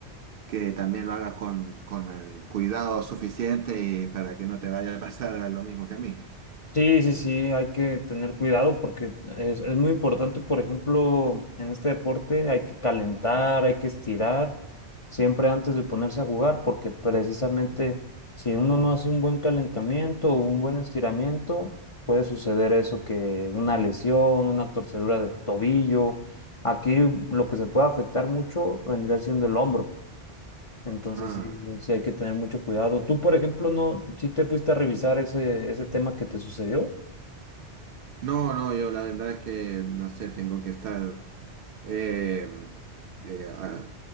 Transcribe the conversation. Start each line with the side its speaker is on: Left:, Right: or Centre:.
Right: que también lo hagas con, con el cuidado suficiente y para que no te vaya a pasar lo mismo que a mí.
Left: Sí, sí, sí, hay que tener cuidado porque es, es muy importante, por ejemplo, en este deporte hay que calentar, hay que estirar siempre antes de ponerse a jugar porque precisamente
Right: Mm.
Left: si uno no hace un buen calentamiento o un buen estiramiento, puede suceder eso que una lesión, una torcedura de tobillo, aquí lo que se puede afectar mucho vendría siendo el hombro, entonces
Right: Ah.
Left: sí, sí hay que tener mucho cuidado. Tú, por ejemplo, no, si te fuiste a revisar ese, ese tema que te sucedió.
Right: No, no, yo la verdad es que no sé, tengo que estar eh, eh, a-